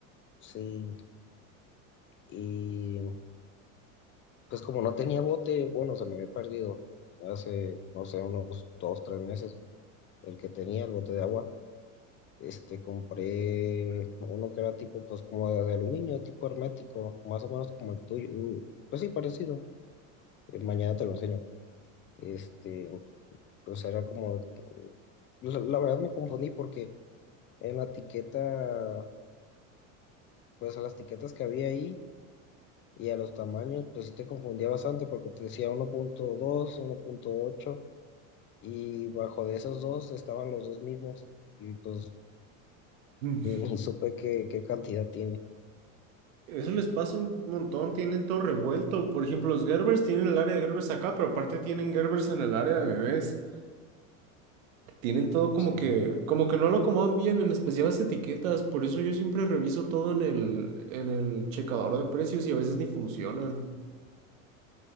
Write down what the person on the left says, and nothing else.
sí, y pues como no tenía bote, bueno, se me había perdido hace, no sé, unos dos, tres meses el que tenía el bote de agua. Este, compré uno que era tipo, pues como de, de aluminio, tipo hermético, más o menos como el tuyo. mm, Pues sí, parecido. Eh, mañana te lo enseño. Este, pues era como, la, la verdad me confundí porque en la etiqueta, pues a las etiquetas que había ahí y a los tamaños, pues sí te confundía bastante porque te decía uno uno punto dos uno punto ocho y bajo de esos dos estaban los dos mismos y pues
ni supe qué, qué cantidad tiene.
Sí,